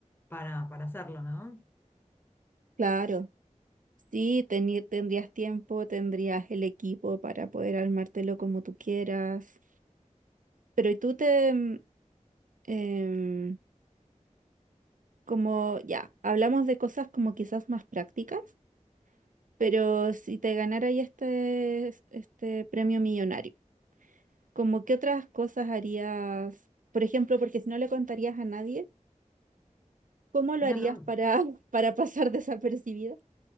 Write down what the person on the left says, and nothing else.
para, para hacerlo, ¿no?
<laughs> No,